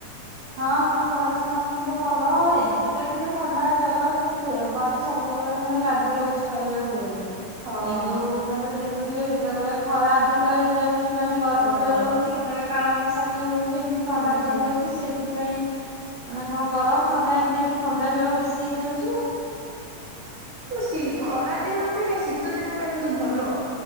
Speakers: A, on the right (about 55°); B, on the right (about 40°).
A: ହଁ ହଁ ଘରେ ସମସ୍ତିଙ୍କୁ ଭଲ ଏମିତି ତ ଟିକେ ଥଣ୍ଡା ଜର ଏମିତି ଦେହ ପା ତ ସବୁବେଳେ ମାନେ ଲାଗି ରହୁଚି କହିବାକୁ ଗଲେ।
B: ହଁ
A: ଏଇ ଯୋଉ ତାପରେ ଦେଖୁଥିବେ କେତେବେଳେ ଖରା ଅଧିକ ହେଇଯାଉଚି ମାନେ ଗରମ
B: ହଁ
A: ଜୋର ହଉଚି କେତେବେଳେ କାଳବୈଶାଖୀ ହଉଚି ଏମିତି ଥଣ୍ଡା
B: ହୁଁ
A: ପଡିଯାଉଚି ସେଇ ସେଥିପାଇଁ ମାନେ କଣ ଗରମ ଥଣ୍ଡା ଏମିତି ହେଇକି ଥଣ୍ଡା ଜ୍ୱର ବେଶୀ ହେଇଯାଉଚି ଆଉ।
B: ହୁଁ ଖରା ଦିନ ଅପେକ୍ଷା ଶୀତ ଦିନ ଟା କିନ୍ତୁ ଭଲ।